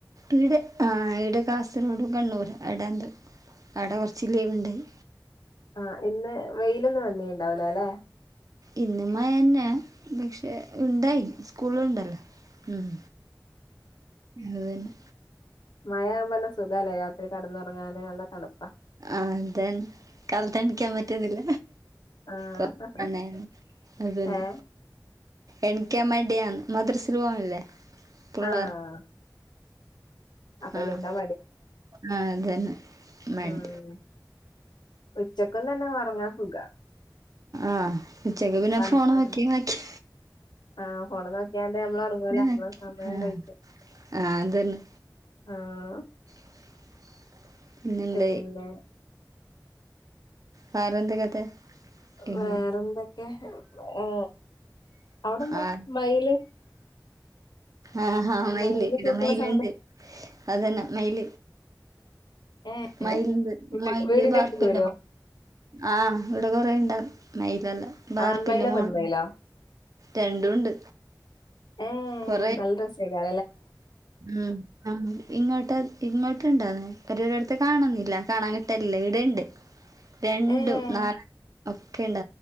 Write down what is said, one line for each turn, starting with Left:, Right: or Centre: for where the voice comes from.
Right: ഇവിടെ ആ ഇവിടെ കാസർഗോഡ് കണ്ണൂർ അവിടെ എന്ത അവിടെ കുറച്ച് ലീവ് ഉണ്ടായി
Left: ആഹ് ഇന്ന് വെയിലൊന്ന വന്നീ ഉണ്ടാവൂല ല്ലെ
Right: ഇന്നമയന്നെ പക്ഷെ ഉണ്ടായി സ്കൂളുണ്ടല്ലോ ഉം അതക ന്നെ
Left: മയാകുമ്പോല്ല സുഖമല്ലേ രാത്രി കടന്നൊറങ്ങാന് നല്ല തണുപ്പ
Right: ആ അതന്ന കാലത്ത്ണിക്കാൻ പറ്റുന്നില്ല
Left: ആഹ്
Right: കൊർന അതന്ന
Left: ഏഹ്
Right: എനിക്കാ മടിയ മദ്രസിൽ പോവില്ലേ പിള്ളേർ
Left: ആഹ് അപ്പൊ
Right: ആഹ്
Left: എണീക്കാൻ
Right: ആഹ് അതന്നെ മടി
Left: ആഹ് ഉച്ചക്കും തന്നെ ഒറങ്ങാ സുഖ
Right: ആഹ് ഉച്ചക്ക് പിന്നെ
Left: തണുപ്പായോണ്ട്
Right: ഫോണ നോക്കി മാക്കി
Left: ആഹ് ഫോണ നോക്കിയാണ്ട് നമ്മള ഉറങ്ങൂല നമ്മളെ
Right: നോക്കി
Left: സമയം
Right: ആഹ്
Left: കഴിക്യാ
Right: ആഹ് അതന്നെ
Left: ആഹ്
Right: <inaudible> പിന്നെന്ത
Left: പിന്നെ
Right: വേറെന്തൊ കഥ ഇങ്ങനെ
Left: വേറെന്തൊക്കെ ഏ അവിടെന്താ
Right: ആഹ്
Left: മയില്
Right: ആഹ് ആഹ മയിൽ
Left: മയില്
Right: ഇവ്ടെ
Left: കൂക്ക്ണ
Right: മെൽ
Left: സൗണ്ട്
Right: ഉണ്ട് അതന്ന മെൽ
Left: ഏ
Right: മൈൽണ്ട്
Left: വീ-
Right: മൈൽന്റെ
Left: വീടിന്റെ
Right: പാട്ട്
Left: അടുത്ത്ക്ക് വരോ
Right: ആഹ് വ്ടെ കൊറെേ ഇണ്ടാ മൈയിലല്ല ബാർപ്പിന്റെ
Left: ആൺമയിലോ
Right: മോൾ
Left: പെൺമയിലോ
Right: രണ്ടുംണ്ട്
Left: ഏഹ്
Right: കൊറ
Left: നല്ല രസേക്കാ
Right: ഉം ആ ഇങ്ങോട്ട് ഇങ്ങോട്ട്ണ്ടോർന്നു പരെരെട്ത്ത് കാണുന്നില്ല കാണാൻ കിട്ടലില്ല ഇവിടെണ്ട്
Left: <inaudible>
Right: രണ്ടും
Left: ഏഹ്
Right: നാല ഒക്കെ ഉണ്ട